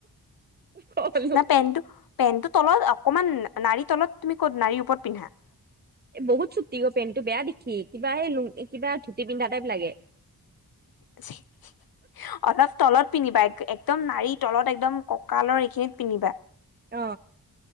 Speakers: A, on the right; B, on the left.
A: গলো
B: না পেনটো পেনটো তলত অকমান নাড়ীৰ তলত তুমি ক'ত নাড়ীৰ ওপৰত পিন্ধা?
A: এ বহুত চুটি অ পেণ্টটো বেয়া দেখি কিবা এই লো কিবা ধুতি পিন্ধা টাইপ লাগে।
B: <unintelligible> অলপ তলত পিন্ধিবা একদম নাৰীৰ তলত একদম কঁকালৰ এইখিনিত পিন্ধিবা।
A: অ।